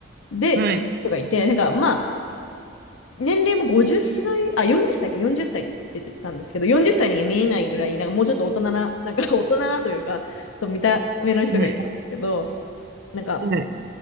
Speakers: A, on the left; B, on the right.
A: で、
B: はい。
A: とか言って、なんか、まあ、年齢も50歳、あ、40歳か、40歳っさいって言ってたんですけど、40歳に見えないぐらい、なんかもうちょっと大人な、なんか大人なというか、そう見た目の人がいたんですけど、
B: はい。
A: なんか、
B: はい。はい。